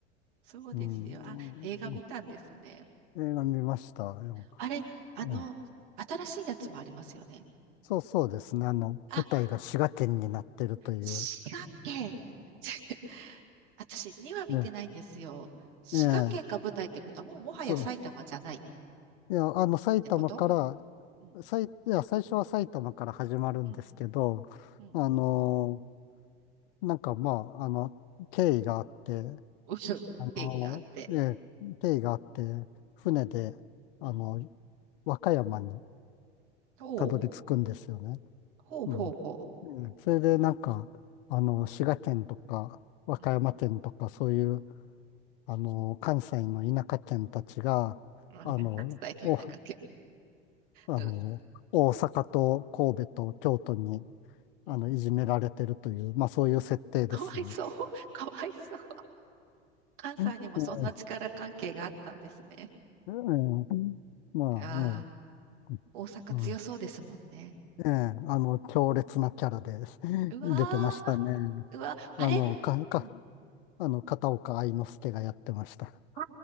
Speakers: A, on the right (about 55°); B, on the left (about 55°).
A: そうですよ。
B: うん、
A: あ、
B: うん
A: 映画見たんですね。
B: 映画見ましたよ。
A: あれ、あの、
B: ええ
A: 新しいやつもありますよね。
B: そうそうですね。あの、
A: あ、
B: 舞台が滋賀県になってるという。
A: 滋賀県。<laughs> 私、2は見てないんですよ。
B: ええ、
A: 滋賀県が舞台ってことは、
B: ええ
A: もうもはや埼玉じゃない。
B: そう。いや、あの、埼玉からさい、
A: ってことうん、
B: いや、最初は埼玉から始まるんですけど、
A: うん、うん、うん、
B: あのなんかまあ、あの、経緯があって、
A: うん経緯があって。
B: あのええ経緯があって、船で、
A: うん、
B: あの、
A: うん、
B: 和歌山に
A: ほう、
B: たどり着くんですよね。
A: ほうほうほ
B: うん。うんそれでなんか、あの、滋賀県とか、和歌山県とか、
A: うん、うん。
B: そういう、あの、関西の田舎県たちが、
A: うん、
B: あの、
A: 伝えといなかっけ。
B: お、あの、
A: うん。
B: 大阪と神戸と京都に、
A: うん。
B: あの、いじめられてるという、まあそういう設定ですよ。
A: かわいそう。<laughs> かわいそう。関西にもそんな力関係があったんですね。
B: ええ、ええ、まあ、
A: ああ、
B: ええ、
A: 大阪強そうですもんね。
B: うん、ええ、あの、強烈なキャラで <laughs>
A: うわ
B: 出てましたね。
A: ー、うわ、あれ、
B: あの、か、か、
A: うん。
B: あの、片岡愛之助がやってました。
A: あ、